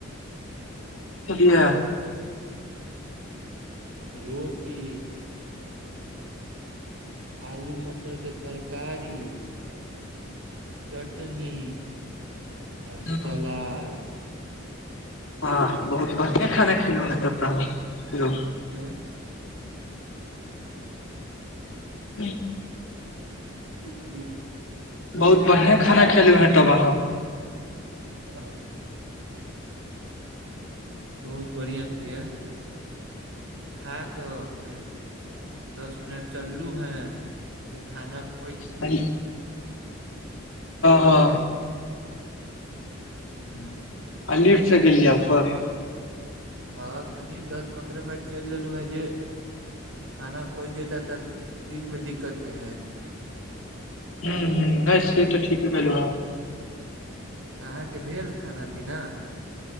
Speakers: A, on the left (about 75°); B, on the right (about 80°).
A: बुझलियै <unintelligible>
B: रोटी आलू मटर के तरकारी चटनी आर
A: हूँ
B: सलाद
A: वाह बहुत बढ़िया खाना खेलहु हे तब त
B: हूँ
A: <unintelligible>
B: की कहलियै <unintelligible>
A: बहुत बढ़िआं खाना खेलु हें तब अहाँ
B: हँ <inaudible> बहुत बढ़िया खैलियए खा कऽ फेर दस मिनट चललू हे जे खा के
A: हँ हँ
B: हू
A: अ लिफट से गेलियै ऊपर
B: हँ कनि दस पन्द्रह मिनट चलि लेलहु हेँ जे खाना पचि जैते तऽ दिनमे दिक्कत नहि हय
A: हूंम्म हूंम्म नहि से तऽ ठीके कहलू अहाँ
B: आहाँके भेल खाना पीना